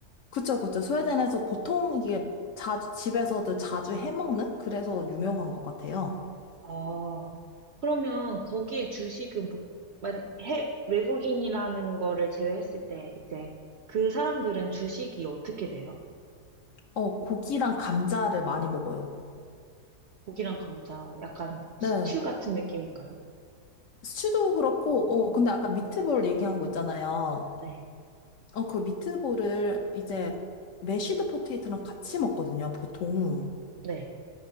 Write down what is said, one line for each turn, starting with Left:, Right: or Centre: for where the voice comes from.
Left: 그쵸, 그쵸. 스웨덴에서 보통 이게 자주, 집에서도 자주 해먹는? 그래서 유명한 것 같아요.
Right: 아, 그러면 거기에 주식은, 보- 만, 해, 외국인이라는 거를 제외했을 때, 이제 그 사람들은 주식이 어떻게 돼요?
Left: 어, 고기랑 감자를 많이 먹어요.
Right: 고기랑 감자, 약간 스튜
Left: 네.
Right: 같은 느낌인가요?
Left: 스튜도 그렇고, 어, 근데 아까 미트볼 얘기한 거 있잖아요.
Right: 네.
Left: 어, 그 미트볼을 이제 메쉬드 포테이토랑 같이 먹거든요, 보통.
Right: 네.